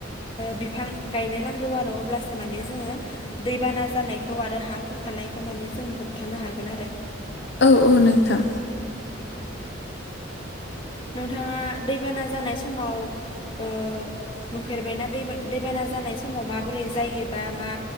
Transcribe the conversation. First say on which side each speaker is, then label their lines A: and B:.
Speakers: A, on the left (about 30°); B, on the left (about 60°).
A: बिफां गायनो नांगौ आरो अब्लासो माने जोङो दैबाना जानायखौ आरो हा खुरखानायखौ माने जों होबथानो हागोन आरो
B: औ औ नोंथां।
A: नोंथाङा दैबाना जानाय समाव ओ नुफेरबायना दैबाना जानाय समाव माबोरै जायो बा मा